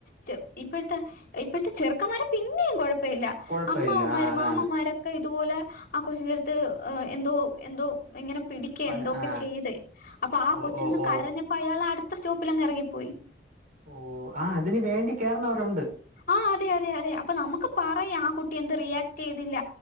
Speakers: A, on the left (about 55°); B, on the right (about 50°).
A: ചെ ഇപ്പഴത്തെ ഇപ്പഴത്തെ ചെറുക്കന്മാര് പിന്നെയും കൊഴ പ്പയില്ല.
B: കൊഴപ്പയില്ല
A: അമ്മാവന്മാരും
B: ആ അതാണ്
A: മാമന്മാരൊക്കെ ഇതുപോലെ ആ കൊച്ചിന്റെ എടുത്ത് എന്തോ എന്തോ ഇങ്ങനെ പിടിക്കേ
B: പല
A: എന്തോ ഒക്കെ
B: ആ
A: ചെയ്ത്. അപ്പൊ ആ
B: ഓ
A: കൊച്ചു
B: ഓ
A: നിന്ന്
B: ഓ
A: കരഞ്ഞ പ്പ അയാള് അടുത്ത സ്റ്റോപ്പിലങ്ങ് എറങ്ങിപ്പോയി.
B: ഓഹ്. ആഹ് അതിന് വേണ്ടി കേറണവരുണ്ട്.
A: ആഹ് അതെ അതെ അതെ. അപ്പൊ നമുക്ക് പറയാ ആ കുട്ടി എന്ത് റിയാക്ട് ചെയ്തില്ല.